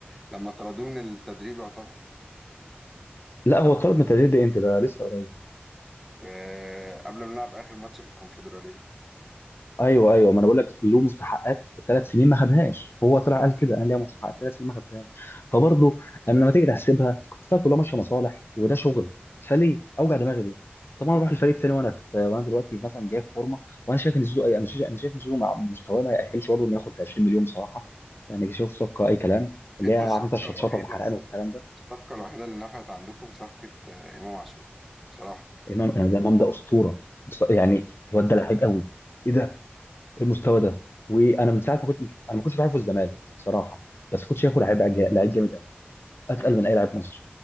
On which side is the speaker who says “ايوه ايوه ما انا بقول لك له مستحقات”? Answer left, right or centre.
Left